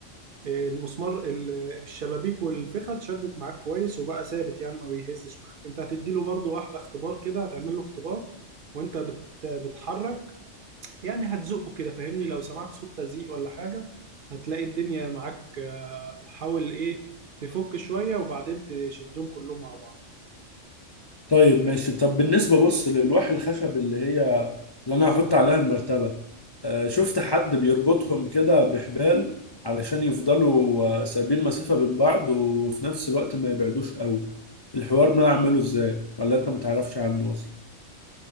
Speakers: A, on the right (about 50°); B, on the left (about 35°).
A: آه، المسمار ال- الشبابيك والفخة اتشدت معاك كويس وبقى ثابت يعني ما بيهزش معاك انت هتديله برضو واحدة اختبار كده هتعمل له اختبار وانت بت بتحرك يعني هتزقه كده فاهمني لو سمعت صوت تزيق ولا حاجة هتلاقي الدنيا معاك آه، حاول ايه تفك شوية وبعدين تشدهم كلهم مع بعض
B: طيب ماشي طب بالنسبه بص للوح الخشب اللي هي اللي انا هحط عليها المرتبه آه، شفت حد بيربطهم كده بحبال علشان يفضلوا آه، سايبين مسافه بين بعض وفي نفس الوقت ما يبعدوش قوي الحوار ده اعمله ازاي ولا انت متعرفش عنه اصلا